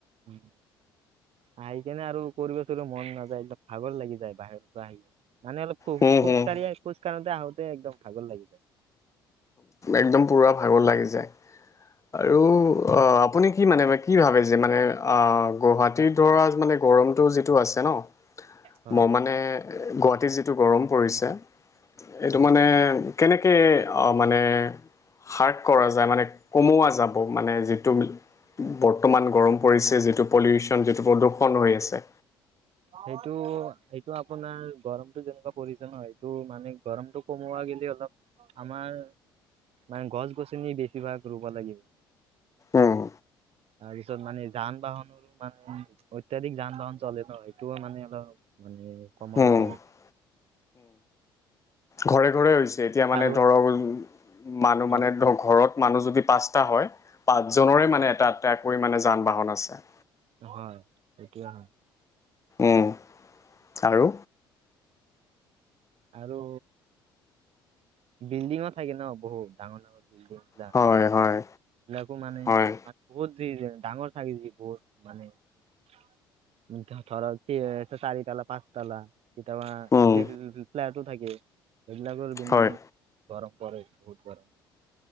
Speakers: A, on the right; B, on the left.
A: উম আহি কেনে আৰু কৰিব চ মন নাযায় একদম ভাগৰ লাগি যায় বাহিৰৰ পৰা আহি মানে অলপ খোজ
B: হুম
A: খোজ
B: হুম
A: কঢ়িয়ে খোজ কাঢ়োতে আহোতে একদম ভাগৰ লাগি যায়
B: একদম পুৰা ভাগত লাগি যায়
A: হয়।
B: আৰু অ আপুনি কি মানে ব কি ভাবে যে মানে আহ গুৱাহাটীৰ ধৰা মানে গৰমটো যিটো আছে ন
A: হয়।
B: ম মানে গুৱাহাটীত যিটো গৰম পৰিছে এইটো
A: হয়।
B: মানে কেনেকৈ মানে হাৰ্ক কৰা যায় মানে কমোৱা যাব মানে যিটো বৰ্তমান গৰম পৰিছে যিটো পলিউচন যিটো প্ৰদূষণ হৈ আছে
A: সেইটো এইটো আপোনাৰ গৰমতটো যেনেকুৱা পৰিছে ন এইটো মানে গৰমতটো কমোৱা গ অলপ আমাৰ মানে গছ গছনি বেছিভাগ ৰুব লাগিব
B: উম
A: তাৰপিছত মানে যান বাহনৰো মানে অত্যাধিক যান বাহন চলে নয় টো মানে অলপ মানে কমাব
B: উম
A: লাগে
B: ঘৰে ঘৰে হৈছে এতিয়া মানে
A: আৰু
B: ধৰক মানুহ
A: অ,
B: মানে ধৰক ঘৰত মানুহ যদি পাঁচটা হয় পাঁচজনৰে মানে এটা আটাকৈ মানে যান বাহন আছে
A: হয় সেইটোয়ে হয়
B: উম আৰু
A: আৰু বিল্ডিঙো থাকে ন বহুত ডাঙৰ ডাঙৰ বিল্ডিং বিলাক
B: হয় হয়
A: এইবিলাকো মানে
B: হয়
A: বহুত য <unintelligible> ডাঙৰ থাকে য বহুত মানে থৰ <unintelligible> চাৰি তালা পাঁচ তালা কেতিয়াবা
B: উম
A: ফ্ <unintelligible> ফ্লেট' থাকে এইবিলাকৰ বিনিয়ত
B: হয়
A: গৰম বত <unintelligible>